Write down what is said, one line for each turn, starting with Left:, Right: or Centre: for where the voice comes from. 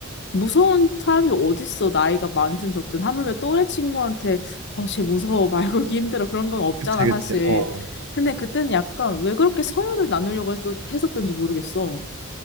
Left: 무서운 사람이 어딨어. 나이가 많든 적든 하물며 또래 친구한테 어, 쟤 무서워. 말 걸기 힘들어. 그런 건 없잖아,
Right: 그치, 그치.
Left: 사실.
Right: 어.
Left: 근데 그때는 약간 왜 그렇게 서열을 나누려고 했었, 했었던지 모르겠어.